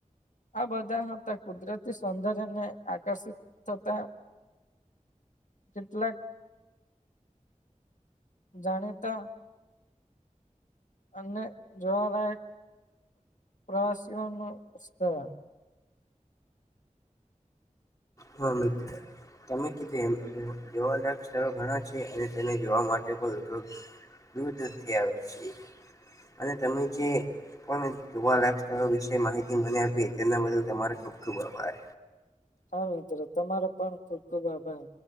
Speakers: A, on the left; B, on the left.
A: આ બધા હતા કુદરતી સૌંદર્યને આકર્ષિત થતા કેટલાક જાણીતા અને જોવાલાક પ્રવાસીઓનો સ્થળ
B: હા મિત્ર તમે કીધું એમ જોવાલાયક સ્થળો ઘણા છે અને તેને જોવા માટે પણ ઉપયોગ દૂર દૂર થી આવે છે અને તમે જે પણ જોવા લાયક સ્થળો વિશે માહિતી મને આપીએ તેના બદલ તમારે ખૂબ ખૂબ આભાર.
A: હા મિત્રો તમારો પણ ખુબ ખુબ આભાર